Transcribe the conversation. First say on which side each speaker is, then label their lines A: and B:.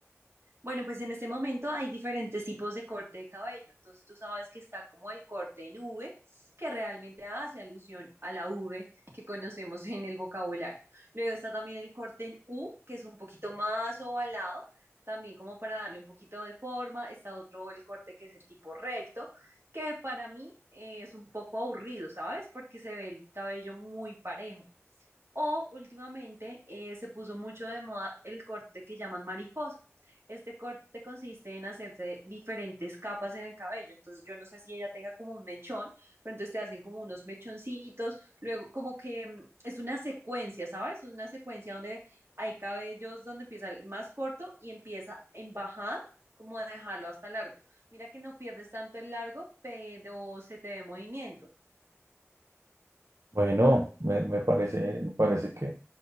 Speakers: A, on the right (about 55°); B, on the right (about 85°).
A: Bueno, pues en este momento hay diferentes tipos de corte de cabello. Entonces tú sabes que está como el corte en V, que realmente hace alusión a la V que conocemos en el vocabulario. Luego está también el corte en U, que es un poquito más ovalado, también como para darle un poquito de forma. Está otro el corte que es el tipo recto, que para mí eh, es un poco aburrido, ¿sabes? Porque se ve el cabello muy parejo. O últimamente eh, se puso mucho de moda el corte que llaman mariposa. Este corte consiste en hacerse diferentes capas en el cabello. Entonces yo no sé si ella tenga como un mechón, pero entonces te hacen como unos mechoncitos. Luego como que mm, es una secuencia, ¿sabes? Es una secuencia donde hay cabellos donde empieza el más corto y empieza en bajada, como a dejarlo hasta largo. Mira que no pierdes tanto el largo, pero se te ve movimiento.
B: Bueno, me, me parece, me parece que